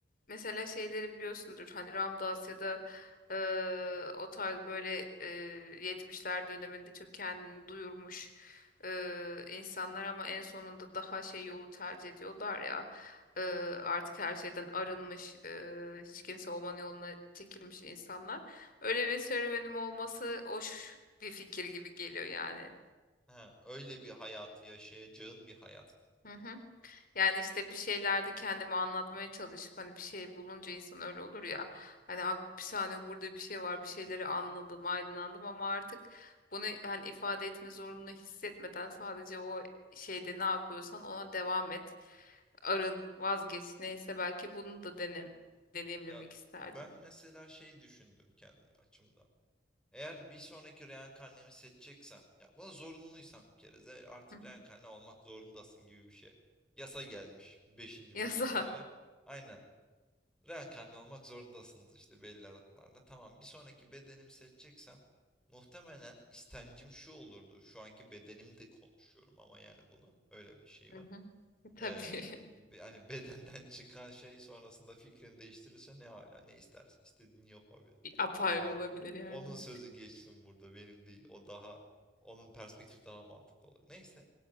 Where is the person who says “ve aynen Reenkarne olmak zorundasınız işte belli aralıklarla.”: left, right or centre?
Centre